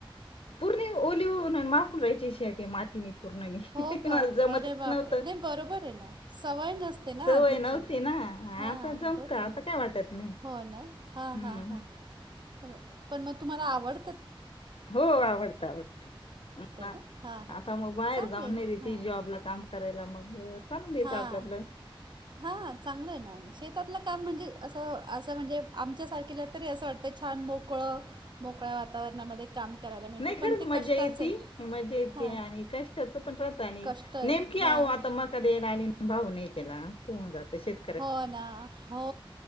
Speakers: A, on the left; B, on the right.
A: पूर्ण ओली होऊन आणि माकून रहायची शेती मातीनी पूर्ण मी
B: हो का?
A: मला जमतच
B: अरे बापरे!
A: नव्हत
B: नाही बरोबर आहे ना. सवय नसते ना
A: सवय
B: आधीची.
A: नव्हती ना. हा
B: हां,
A: आता जमत
B: बरोबर
A: आता
B: आहे.
A: काय वाटत नाही.
B: हो ना? हां
A: हम्म.
B: हां हां पण, पण मग तुम्हाला आवड
A: हो आवडतं, आवडतं
B: ना? हां, हां.
A: आता मग बाहेर
B: चांगलं
A: जाऊन
B: आहे.
A: नाही देती
B: हां.
A: जॉब ला काम करायला मग चालून द्यायचं
B: हां
A: आपलं आपलं
B: हा चांगलं आहे ना आणि शेतातलं काम म्हणजे असं असं म्हणजे आमच्या सारखीला तरी असं वाटतं छान मोकळं मोकळ्या वातावरणामध्ये काम करायला मिळतं.
A: नाही खरंच
B: पण ते
A: मज्जा
B: कष्टाचं
A: येती,
B: आहे.
A: मज्जा येती
B: हां,
A: आणि क ष्टाचं पण थोडं प्लॅन आहे..
B: कष्ट
A: नेमकी आहो
B: हां.
A: आता मका द्यायला आली आणि भाव नाही त्याला सून जाते शेत
B: हो ना हो